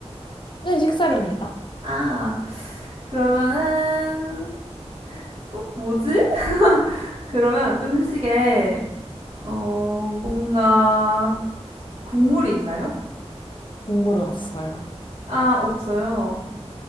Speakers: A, on the left; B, on the right.
A: 네, 식사료입니다.
B: 아, 그러면은 음, 뭐지? 그러면 음식에 어, 뭔가 국물이 있나요?
A: 국물은 없어요.
B: 아, 없어요.